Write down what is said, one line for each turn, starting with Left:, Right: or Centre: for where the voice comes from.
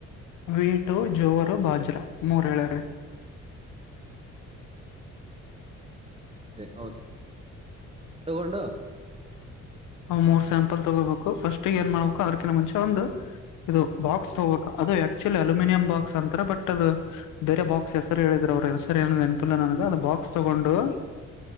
Left: ವೀಟು ಜೋರು ಬಾಜ್ರಾ ಮೂರ್ ಹೇಳಾರ್ ರಿ
Right: ಅ ಹೌದು ತಗೊಂಡು
Left: ಅವ್ ಮೂರ್ ಸ್ಯಾಂಪಲ್ ತಗೋಬೇಕು ಫಸ್ಟ್ ಏನ್ ಮಾಡ್ಬೇಕು ಅದಕಿಂತ ಮುಂಚೆ ಒಂದು ಇದು ಬಾಕ್ಸ್ ತೋಗಬೇಕ್ ಅದು ಆಕ್ಚುಲಿ ಅಲ್ಯೂಮಿನಿಯಂ ಬಾಕ್ಸ್ ಅಂತರ ಬಟ್ ಅದು ಬೇರೆ ಬಾಕ್ಸ್ ಹೆಸರು ಹೇಳಿದು <unintelligible> ಸರಿ ಏನ ನೆನಪಿಲ್ಲ ನನಗೆ ಅ ಬಾಕ್ಸ್ ತೊಗೊಂಡು